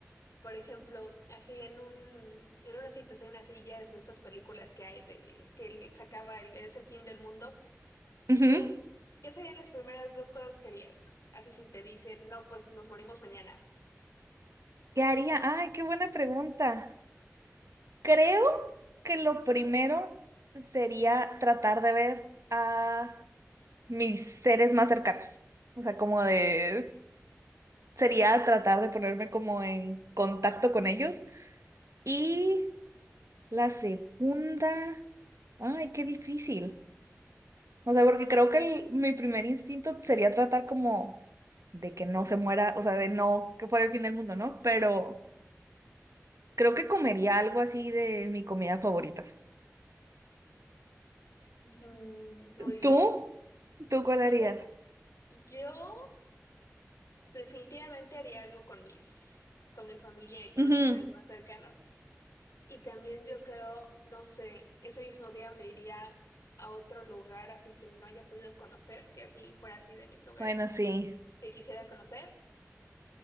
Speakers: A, on the left; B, on the right.
A: por ejemplo, así en un, en una situación así, ya es de estas películas que hay de que el- se acaba el- es el fin del mundo,
B: ujú.
A: tú, ¿qué serían las primeras dos cosas que harías? Así si te dicen, no, pues nos morimos mañana.
B: ¿Qué haría? Ay, qué buena pregunta. Creo que lo primero sería tratar de ver a mis seres más cercanos. O sea, como de... Sería tratar de ponerme como en contacto con ellos Y la segunda, ay, qué difícil. O sea, porque creo que el- mi primer instinto sería tratar como de que no se muera, o sea, de no que fuera el fin del mundo, ¿no? Pero creo que comería algo así de mi comida favorita.
A: Mm, muy bien.
B: ¿Tú? ¿Tú cuál
A: Fíjate,
B: harías?
A: yo definitivamente haría algo con mis, con mi familia y todos
B: Ujú.
A: mis seres más cercanos. Y también yo creo, no sé, ese mismo día me iría a otro lugar así que no haya podido conocer, que así fuera así de mis lugares
B: Bueno, sí.
A: que quisiera conocer